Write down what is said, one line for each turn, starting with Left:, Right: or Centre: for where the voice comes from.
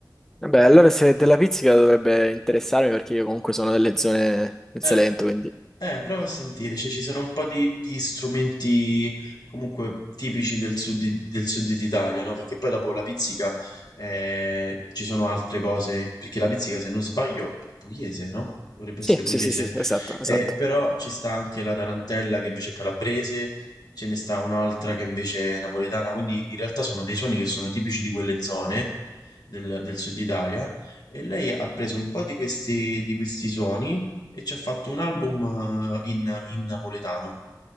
Centre: Vabbè, allora se della pizzica dovrebbe interessarmi perché io comunque sono delle zone del
Left: Eh,
Centre: Salento, quindi
Left: eh, prova a sentire, cioè, ci sono un po' di, di strumenti comunque tipici del sud, di- del sud d'Italia, no? Perché poi dopo la pizzica eh, ci sono altre cose, perché la pizzica, se non sbaglio, è pugliese, no? Dovrebbe
Centre: sì,
Left: essere pugliese.
Centre: sì, sì, sì, sì, esatto, esatto.
Left: Eh, però ci sta anche la tarantella che invece è calabrese, ce ne sta un'altra che invece è napoletana, quindi in realtà sono dei suoni che sono tipici di quelle zone del, del sud Italia e lei ha preso un po' di questi, di questi suoni e ci ha fatto un album eh, in, in napoletano,